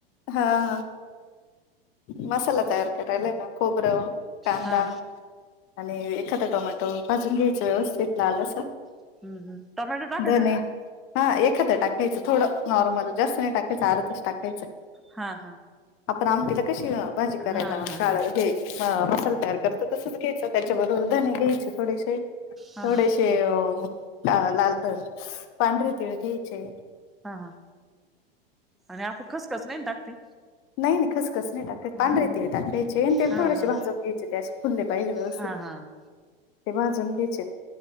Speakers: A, on the left; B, in the centre.
A: हा हा मसाला तयार करायला आहे ना, खोबरं, कांदा
B: हा
A: आणि एखादा टोमॅ त भाजून घ्यायच व्यवस्थित लाल अस
B: हम्म हम्म टोमॅटो टाकायचा
A: धणे
B: का?
A: हा एखादं टाकायचं, थोडं नॉर्मल जास्त नाही टाकायचं अर्धच टाकायचं.
B: हा हा.
A: आपण आमटीला कशी भाजी करायला
B: हा हा
A: काळ
B: हा
A: हे मसाला तयार करतो तसच घ्यायचं त्याच्याबरोबर धणे घ्यायचे थोडेशे
B: हा
A: थोडेशे
B: हा
A: अ लाल पांढरी तिळ घ्यायचे
B: हा हा आणि आपो खसकस नाही ना टाकते?
A: नाही नाही खसखस नाही टाकत.
B: हा
A: पांढरे तीळ टाकायचे आणि त्याला
B: हा
A: थोडेसे
B: हा
A: भाजूून घ्यायचे ते असे फुलले पाहिजे व्यवस्थित.
B: हा हा
A: ते भाजून घ्यायचेत